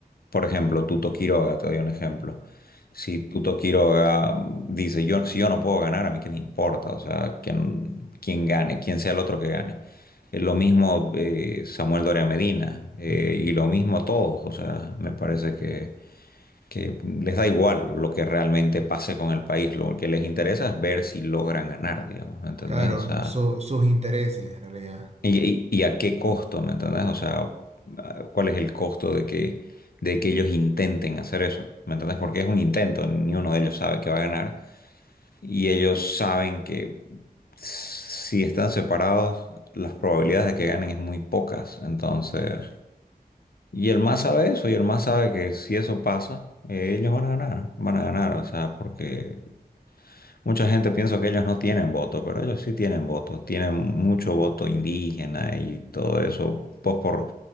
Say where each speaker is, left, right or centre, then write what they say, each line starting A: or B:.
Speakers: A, on the left; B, on the right.
A: Por ejemplo, Tuto Quiroga, te doy un ejemplo. Si Tuto Quiroga mm, dice, yo, si yo no puedo ganar, a mí qué me importa, o sea, quién, quién gane, quién sea el otro que gane. Es lo mismo eh, Samuel Doria Medina eh,
B: Ujú, ujú.
A: y lo mismo todos, o sea, me parece que, que les da igual lo que realmente pase con el país, lo que les interesa es ver si logran ganar, digamos, ¿me entendés?
B: Claro,
A: O sea,
B: su- sus intereses en realidad.
A: ¿Y, y- y a qué costo, me entendés? O sea, ¿cuál es el costo de que, de que ellos intenten hacer eso? ¿Me entendés? Porque es un intento, ni uno de ellos sabe que va a ganar. Y ellos saben que si están separados, las probabilidades de que ganen es muy pocas. Entonces, y el más sabe eso, y el más sabe que si eso pasa, eh, ellos van a ganar, van a ganar, o sea, porque Mucha gente piensa que ellos no tienen voto, pero ellos sí tienen voto, tienen mucho voto indígena y todo eso. Pues por